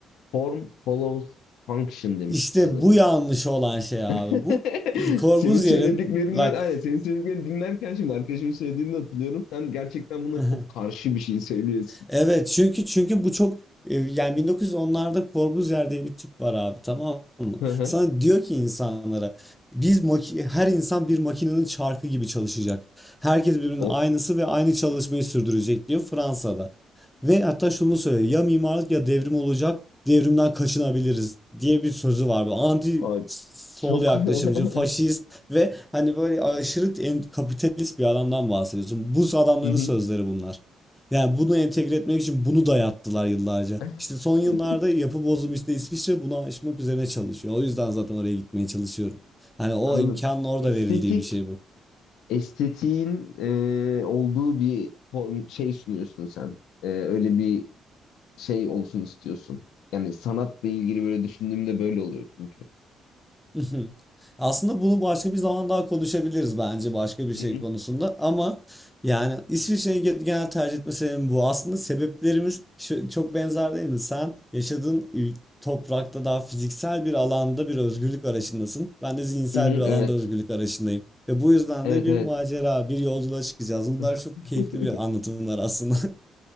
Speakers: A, on the left; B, in the centre.
A: form follows function demişti
B: İşte
A: sanırım.
B: bu yanlış olan şey abi.
A: <laughs>
B: Bu Corbusier'in
A: Senin söylediklerinden
B: bak
A: aynen senin söylediklerini dinlerken şimdi arkadaşımın söylediğini de hatırlıyorum. Sen gerçekten buna
B: <laughs>
A: çok karşı bir şey söylüyorsun.
B: Evet çünkü çünkü bu çok e, yani 1910'larda Corbusier diye bir tip var abi tamam mı?
A: <laughs> Hı hı.
B: Sana diyor ki insanlara biz maki- her insan bir makinenin çarkı gibi çalışacak. Herkes birbirinin
A: Of,
B: aynısı ve aynı çalışmayı sürdürecek diyor Fransa'da. Ve hatta şunu söylüyor ya mimarlık ya devrim olacak devrimden kaçınabiliriz diye bir sözü var. Bu anti
A: ay,
B: sol
A: çok.
B: yaklaşımcı,
A: <laughs> Hı
B: faşist ve hani böyle aşırı en- kapitalist bir adamdan bahsediyorsun. Bu adamların
A: hı.
B: sözleri bunlar. Yani bunu entegre etmek için bunu dayattılar yıllarca.
A: <laughs>
B: İşte son yıllarda yapı bozum işte İsviçre bunu aşmak üzerine çalışıyor. O yüzden zaten oraya gitmeye çalışıyorum. Hani o
A: Anladım.
B: imkanın orada
A: Estetik
B: verildiği bir şey bu.
A: estetiğin e, olduğu bir form, şey sunuyorsun sen. E, öyle bir şey olsun istiyorsun. Yani sanatla ilgili böyle düşündüğümde böyle oluyor çünkü.
B: Hı hı. Aslında bunu başka bir zaman daha konuşabiliriz bence başka bir şey
A: Hı hı.
B: konusunda ama yani İsviçre'yi ge- genel tercih etme sebebim bu. Aslında sebeplerimiz şu- çok benzer değil mi? Sen yaşadığın ül- toprakta daha fiziksel bir alanda bir özgürlük arayışındasın. Ben de zihinsel
A: Hı hı,
B: bir alanda
A: evet.
B: özgürlük arayışındayım. Ve bu yüzden
A: Evet
B: de bir
A: evet.
B: macera, bir yolculuğa çıkacağız. Bunlar
A: <laughs>
B: çok keyifli bir anlatımlar aslında.